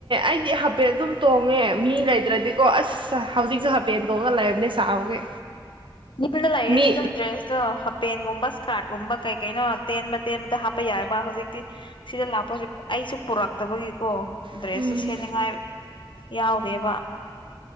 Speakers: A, on the right (about 70°); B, on the left (about 65°).
A: ꯑꯩꯗꯤ ꯍꯥꯏꯐꯦꯠ ꯑꯗꯨꯝ ꯇꯣꯡꯉꯦ ꯃꯤ ꯂꯩꯇ꯭ꯔꯗꯤꯀꯣ ꯑꯁ ꯍꯧꯖꯤꯛꯁꯨ ꯍꯥꯏꯐꯦꯠ ꯇꯣꯡꯉꯒ ꯂꯩꯕꯅꯦ ꯁꯥꯕꯒꯤ
B: ꯃꯤꯅ ꯂꯩꯗ
A: ꯃꯤ
B: ꯑꯗꯨ ꯗ꯭ꯔꯁ ꯍ ꯄꯦꯟ ꯒꯨꯝꯕꯥ ꯁꯀꯥꯠꯒꯨꯝꯕ ꯀꯩ ꯀꯩꯅꯣ ꯇꯦꯟꯕ ꯇꯦꯟ ꯗ ꯍꯥꯞꯄ ꯌꯥꯏꯑꯕ ꯍꯧꯖꯤꯛꯇꯤ ꯁꯤꯗ ꯂꯥꯛꯄꯁꯦ ꯑꯩꯁꯨ ꯄꯨꯔꯛꯇꯕꯒꯤꯀꯣ ꯗ꯭ꯔꯦꯁꯨ
A: ꯎꯝ
B: ꯁꯅꯤꯡꯉꯥꯏ ꯌꯥꯎꯗꯦꯕ